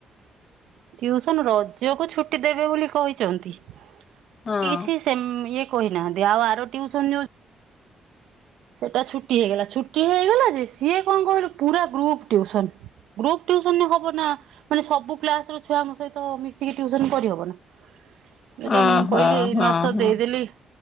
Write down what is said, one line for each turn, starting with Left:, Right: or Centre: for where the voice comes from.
Right: ଟିଉସନ ରଜକୁ ଛୁଟି ଦେବେ ବୋଲି କହିଛନ୍ତି। କିଛି
Left: ହଁ।
Right: ଶେମ ଇଏ କୋଇ ନାହାନ୍ତିି ଆଉ ଆର ଟ୍ୟୁସନ ଯ ସେଟା ଛୁଟି ହେଇଗଲା ଛୁଟି ହେଇଗଲା ଯେ ସିଏ କଣ କହିଲୁ ପୁରା ଗ୍ରୁପ୍ ଟିଉସନ ଗ୍ରୁପ୍ ଟିଉସନ ରେ ହବ ନା ମାନେ ସବୁ କ୍ଲାସ ର ଛୁଆଙ୍କ ସହିତ ମିଶିକି ଟିଉସନ କରିହବ ନା ଏଇଟା
Left: ଓହୋ
Right: ମୁଁ କହିଲି ଏଇ
Left: ହଁ
Right: ମାସ
Left: ହଁ।
Right: ଦେଇଦେଲି।